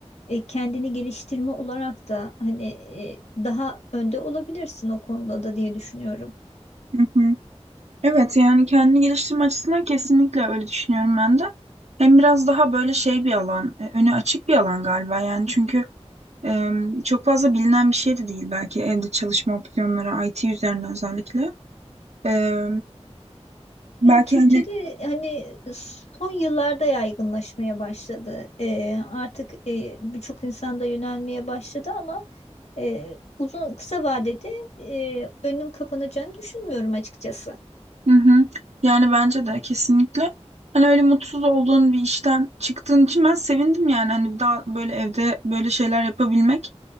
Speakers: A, on the left (about 75°); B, on the right (about 75°).
A: E, kendini geliştirme olarak da hani e, daha önde olabilirsin o konuda da diye düşünüyorum.
B: Hı hı. Evet yani kendini geliştirme açısından kesinlikle öyle düşünüyorum ben de. Hem biraz daha böyle şey bir alan, e, önü açık bir alan galiba yani çünkü e, çok fazla bilinen bir şey de değil belki evde çalışma opsiyonları IT üzerine özellikle. E, belki
A: Yani Türkiye'de
B: yani
A: hani son yıllarda yaygınlaşmaya başladı. Ee, artık e, birçok insan da yönelmeye başladı ama e, uzun kısa vadede e, önüm kapanacağını düşünmüyorum açıkçası.
B: hı hı. Yani bence de kesinlikle hani öyle mutsuz olduğun bir işten çıktığın için ben sevindim yani hani daha böyle evde böyle şeyler yapabilmek.